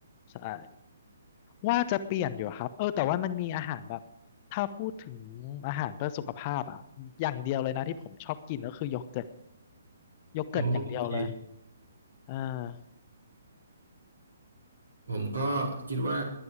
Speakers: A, on the left; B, on the right.
A: ใช่ว่าจะเปลี่ยนอยู่ครับเออแต่ว่ามันมีอาหารแบบถ้าพูดถึงอาหารเพื่อสุขภาพอ่ะอย่างเดียวเลยนะที่ผมชอบกินก็คือโยเกิร์ตโยเกิร์ตอย่างเดียวเลย
B: โอเค
A: อ่า
B: ผมก็คิดว่า